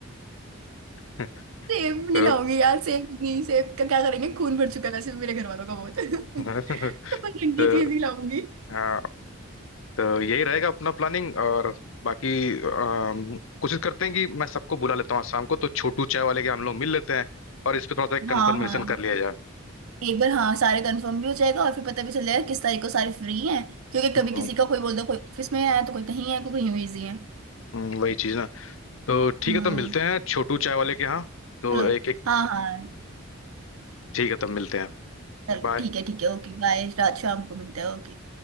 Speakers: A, on the left (about 70°); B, on the right (about 85°).
A: <laughs>
B: सेब नहीं
A: तो,
B: लाऊंगी यार सेब नहीं सेब का क्या करेंगे खून भर चुका है वैसे भी मेरे घर वालों का बहुत <laughs> तो
A: <laughs>
B: मैं ठंडी
A: तो
B: चीज ही लाऊंगी
A: हाँ तो यही रहेगा अपना प्लानिंग और बाकी अम, कोशिश करते हैं कि मैं सबको बुला लेता हूँ आज शाम को तो छोटू चाय वाले के हम लोग मिल लेते हैं और इस पे थोड़ा सा एक कन्फर्मेशन
B: हाँ हाँ
A: कर लिया जाए
B: एक बार हाँ सारे कंफर्म भी हो जाएगा और फिर पता भी चल जाएगा किस तारीख को सारे फ्री हैं क्योंकि
A: हम्म
B: कभी किसी का कोई बोल दो कोई ऑफिस में है तो कोई कहीं है कोई कहीं बिजी है
A: हम्म, वही चीज़ ना तो ठीक
B: हम्म
A: है तो मिलते हैं छोटू चाय वाले के यहाँ तो
B: चलो
A: एक एक
B: हाँ हाँ
A: ठीक है तब मिलते हैं
B: चल
A: बाय
B: ठीक है ठीक है ओके बाय रात शाम को मिलते हैं ओके